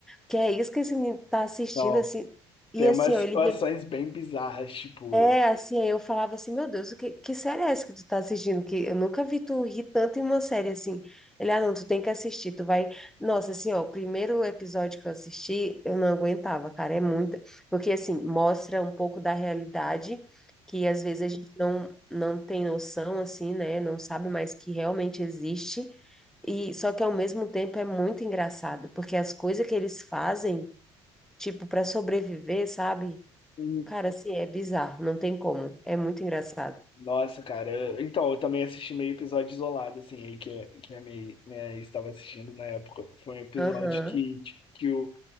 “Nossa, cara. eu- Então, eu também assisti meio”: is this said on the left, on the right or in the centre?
Left